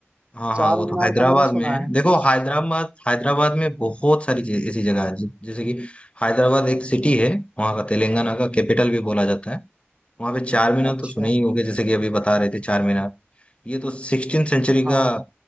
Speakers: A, on the left (about 25°); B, on the right (about 25°).
A: हाँ हाँ
B: चार
A: वो
B: मीनार
A: तो हैदराबाद
B: का मैंने सुना
A: में है
B: है
A: देखो
B: उस
A: हैदराबाद हैदराबाद में बहुत सारी चीज ऐसी जगह है जैसे कि हैदराबाद एक सिटी है वहाँ का तेलंगाना का कैपिटल भी बोला जाता है वहां पे चार मीनार
B: अच्छा
A: तो सुने ही होंगे जैसे कि अभी बता रहे थे चार मीनार ये तो सिक्सटीन सेंचुरी
B: हाँ
A: का